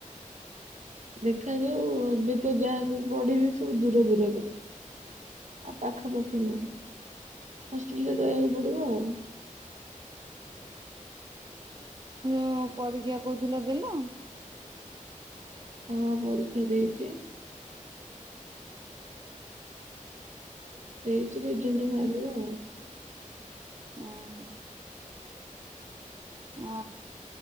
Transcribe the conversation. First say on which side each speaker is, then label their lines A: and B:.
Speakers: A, on the right; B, on the right.
A: ଦେଖାଯାଉ ଏବେ ତ ଯାହାକୁ ପଢିବି ସବୁ ଦୂର ଦୂରରେ। ଆଉ ପାଖପଖି ନୁହ, ହଷ୍ଟେଲ ରେ ରହିବାକୁ ପଡିବ ଆଉ।
B: କଣ ପରୀକ୍ଷା କହୁଥିଲା ଦେଲ?
A: ହଁ ପରୀକ୍ଷା ଦେଇଛି। ଦେଇଚି, ରେଜାଲଟ ବାହାରିବ ଆଉ।
B: ଓହୋ ହ